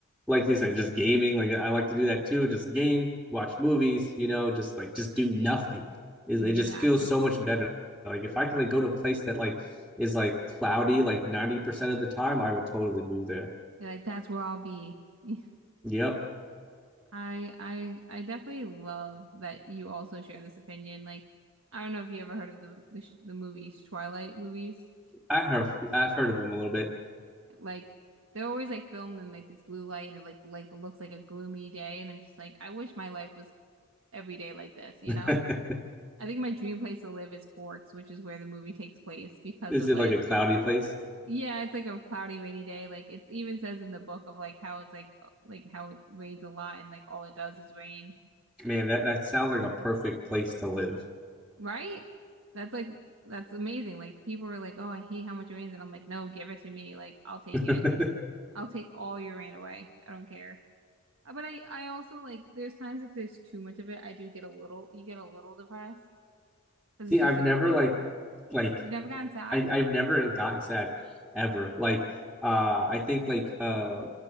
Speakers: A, in the centre; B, on the right (about 65°).
A: like you said, just gaming. Like I like to do that too. Just game, watch movies, you know, just like just do nothing. It,
B: exactly.
A: it just feels so much better. Like if I can like go to a place that like is like cloudy like 90% of the time, I would totally move there.
B: You're like that's where I'll be. <laughs>
A: Yep.
B: I I I definitely love that you also share this opinion. Like, I don't know if you ever heard of the the, sh- the movies, Twilight movies.
A: I have I've heard of them a little bit.
B: Like, they're always like filmed in like this blue light and it like like looks like a gloomy day, and I'm just like, I wish my life was every day like this, you
A: <laughs>
B: know? I think my dream place to live is Forks, which is where the movie takes place because
A: Is
B: of
A: it
B: like
A: like a cloudy place?
B: Yeah, it's like a cloudy, rainy day. Like it's even says in the book of like how it's like uh, like how it rains a lot and like all it does is rain,
A: Man, that, that sounds like a perfect place to live.
B: right? That's like that's amazing. Like people were like, "Oh, I hate how much it rains," and I'm like, "No, give it to me. Like I'll take
A: <laughs>
B: it. I'll take all your rain away. I don't care." Uh, But I I also like there's times if there's too much of it, I do get a little you get a little depressed because
A: See,
B: it's
A: I've
B: just like
A: never like like
B: you've never gotten sad.
A: I, I've never gotten sad ever. Like uh I think like uh